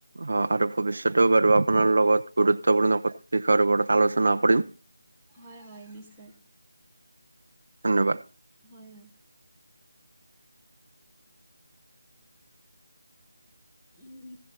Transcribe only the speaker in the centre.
হয়-হয়, নিশ্চয়।
হয়-হয়। উম